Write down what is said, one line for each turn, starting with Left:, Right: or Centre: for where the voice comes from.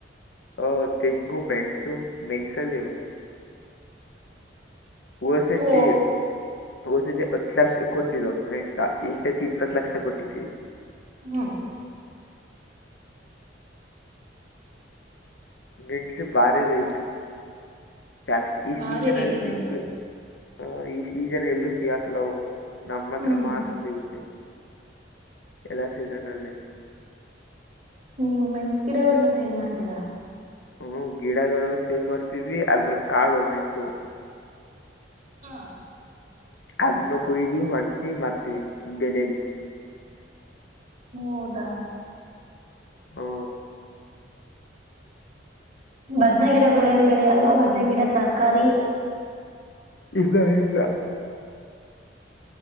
Left: ಹಓ ತೆಂಗು ಮೆಣಸು ಮೆಣಸಲ್ಲಿ ಇವೆ ಹ ಸತಿ
Right: ಓ
Left: <inaudible> ಹ ಸತಿ ಹತ್ತು ಲಕ್ಷ ಕೊಟ್ಟರರು ಮೆಂಸಾ ಈ ಸರ್ತಿ ಇಪ್ಪತ್ತು ಲಕ್ಷ ಕೊಟ್ಟಿದ್ದೀರಿ
Right: ಹ್ಮ
Left: ಮಿಡ್ಸ್ ಭಾರಿ ರೈಟು ಜಾಸ್ತಿ ಈ
Right: ಭಾರಿ
Left: ಸೀಸನ್
Right: ರೇಟ
Left: ಅಲ್ಲಿ
Right: ಮೆಣಸು
Left: ಸಿಗ್ ಹ ಈ ಸೀಸನ್ ಎಲ್ಲೂ ಸಿಗಾಕಲ್ಲವು ನಮ್ಮ ಹತ್ರ
Right: ಹ್ಮ್
Left: ಮಾತ್ರ ಸಿಗುತ್ತೆ ಎಲ್ಲ ಸ ನನ್ಗೆ
Right: ನೀವು ಮೆನ್ಸ್ ಗಿಡಗಳನ್ನ ಸೇಲ್ ಮಾಡ್ತೀರಾ
Left: ಹ್ಮ ಗಿಡಗಳು ಸೇವ್ ಮಾಡ್ತೀವಿ ಅದ್ರ ಕಾಳು ಮೆಣಸು
Right: ಹಾ
Left: ಆದದ್ಮ ಕುಯ್ದಿ ಒಣ್ಸಿ ಮರ್ತೀವಿ ಒ್ ಬೆಲೆಯಲ್ಲಿ
Right: ಹೌದಾ
Left: ಹ್ಮ್
Right: ಬದ್ನ ಗಿಡಗಳು ಏನು ಬೆಳೆಯಲ್ವಾ ಬದ್ನ ಗಿಡ ತರಕಾರಿ
Left: ಇಲ್ಲಾ ಇಲ್ಲ